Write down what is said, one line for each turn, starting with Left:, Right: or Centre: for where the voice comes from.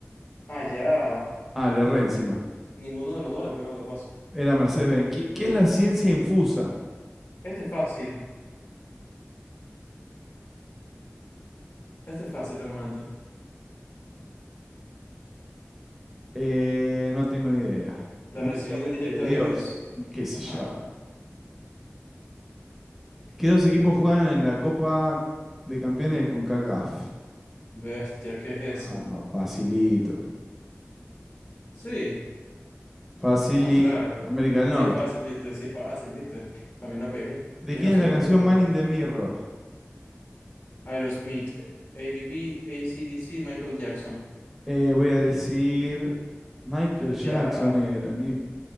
Left: Ah, ya.
Centre: Ah, le erré encima.
Left: Ninguno de los dos le pego de paso.
Centre: Era Mercedes-Benz. ¿Qué, qué es la ciencia infusa?
Left: Este es fácil. Este es fácil realmente.
Centre: Eh, no tengo ni idea.
Left: La
Centre: Directamente
Left: recibida directa
Centre: de Dios.
Left: de Dios.
Centre: ¿Qué sé
Left: Ajá.
Centre: yo? ¿Qué dos equipos juegan en la Copa de Campeones de CONCACAF?
Left: Bestia, ¿qué es eso?
Centre: Ah, no, facilito.
Left: Sí.
Centre: Facilito.
Left: Ah, claro.
Centre: América del Norte.
Left: Sí es fácil, viste. Sí es fácil, viste. También la pegué.
Centre: ¿De
Left: De
Centre: quién
Left: casualidad,
Centre: es la canción
Left: pero la
Centre: Man
Left: pegué.
Centre: in the Mirror?
Left: Aerosmith, A A B B, A C D C, Michael Jackson.
Centre: Eh, voy a decir Michael
Left: Ah,
Centre: Jackson
Left: Ya.
Centre: era, ni